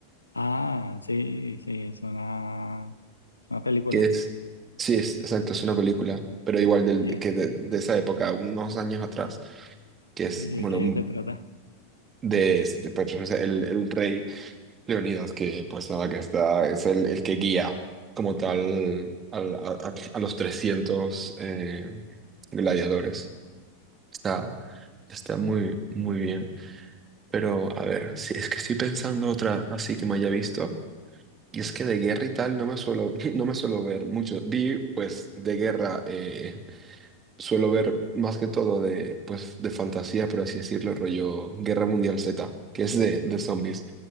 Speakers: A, on the left; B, on the right.
A: Ah, sí, sí, es una, es una película.
B: Que es, sí, es exacto, es una película, pero igual del,
A: ¿Y,
B: que de, de esa época, unos años atrás, que es,
A: y de
B: bueno,
A: qué se trata?
B: de, de, pues, el, el rey Leonidas, que pues nada, que está, es el, el que guía como tal al- a, a- a los 300 eh, gladiadores. Está, está muy, muy bien. Pero, a ver, si es que estoy pensando otra así que me haya visto. Y es que de guerra y tal no me suelo, <laughs> no me suelo ver mucho. Vi, pues, de guerra eh, Suelo ver más que todo de, pues, de fantasía, por así decirlo, rollo Guerra Mundial Z, que es de, de zombies,